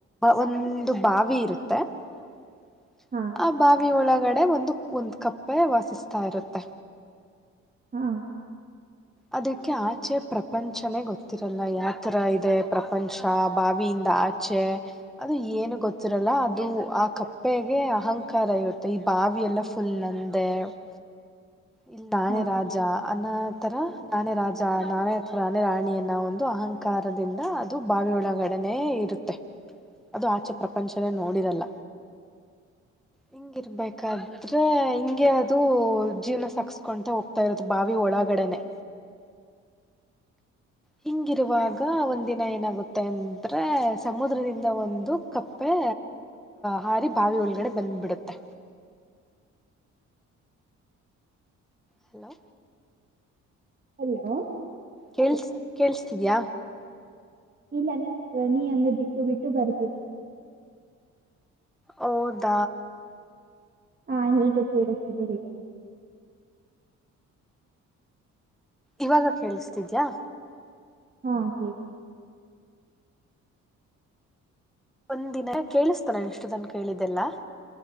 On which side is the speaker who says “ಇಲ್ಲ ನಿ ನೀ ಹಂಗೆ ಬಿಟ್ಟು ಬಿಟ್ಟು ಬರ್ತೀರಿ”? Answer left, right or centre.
Right